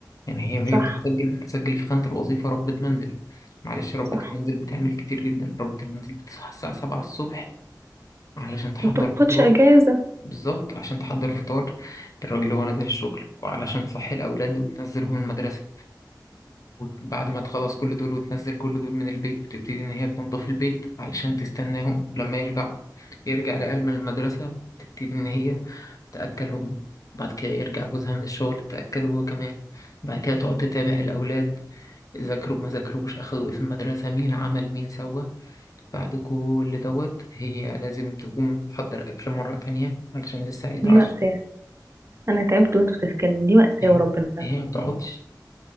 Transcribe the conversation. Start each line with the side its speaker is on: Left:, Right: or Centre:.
Left: يعني هي وهي
Right: صح
Left: بتتسجل بتتسجل في خانة الوظيفة ربة منزل معلش ربة
Right: صح
Left: المنزل بتعمل كتير جدا ربة المنزل بتصحى الساعة سبعة الصبح علشان تحضر
Right: ما بتاخدش
Left: فطار
Right: أجازة
Left: بالظبط عشان تحضر فطار للراجل وهو نازل الشغل وعلشان تصحي الأولاد وتنزلهم المدرسة وبعد ما تخلص كل دول وتنزل كل دول من البيت بتبتدي إن هي تنظف البيت علشان تستناهم لما يرجعوا يرجع العيال من المدرسة تبتدي إن هي تأكلهم بعد كده يرجع جوزها من الشغل تأكله هو كمان بعد كده تقعد تتابع الأولاد ذاكروا ما ذاكروش أخدوا إيه في المدرسة مين عمل مين سوى بعد كل دوت هي لازم تقوم تحضر أكل مرة تانية علشان لسه هيتعشوا
Right: دي مأساة أنا تعبت وأنت بتتكلم دي مأساة
Left: يعني
Right: وربنا
Left: هي ما بتقعدش